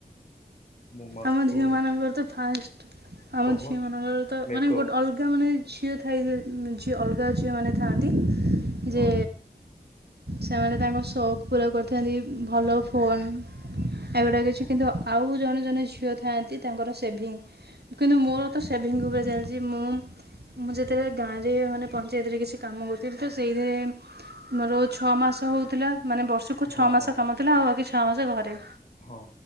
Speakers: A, on the left (about 50°); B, on the right (about 85°).
A: ମୁଁ ମାସକୁ
B: ଆମ ଝିଅ ମାନଙ୍କର ତ ଫାଷ୍ଟ ଆମ
A: ତମଚ
B: ଝିଅ ମାନଙ୍କର ତ
A: ମେକଅପ୍
B: ମାନେ ଗୋଟେ ଅଲଗା ମାନେ ଝିଅ ଥାଇ ଝିଅ ଅଲଗା ଝିଅମାନୋ ଥାଆନ୍ତି
A: ହଁ
B: ଯେ ସେମାନେ ତାଙ୍କ ସେକ୍ ପୁରା କରିଥାନ୍ତି ଭଲ ଫୋନ୍ ଏଗୁଡା
A: ହଁ
B: କିଛି କିନ୍ତୁ ଆଉ ଜଣେ ଜଣେ ଝିଅ ଥାଆନ୍ତି ତାଙ୍କର ସେଭିଙ୍ଗି କିନ୍ତୁ ମୋର ତ ସେଭିଙ୍ଗି ଏବେ ଚାଲିଛି ମୁଁ ମୁଁ ଯେତେବେଳେ ଗାଁ ରେ ମାନେ ପଞ୍ଚାୟତରେ କିଛି କାମ କରୁଥିଲି ତ ସେଇଥିରେ ମୋର ଛଅ ମାସ ହଉଥିଲା ମାନେ ବର୍ଷକୁ
A: ହଁ
B: ଛଅ ମାସ
A: ହଁ
B: କାମଥିଲା ଆଉ ଛଅ ମାସେ ଘରେ।
A: ହଁ।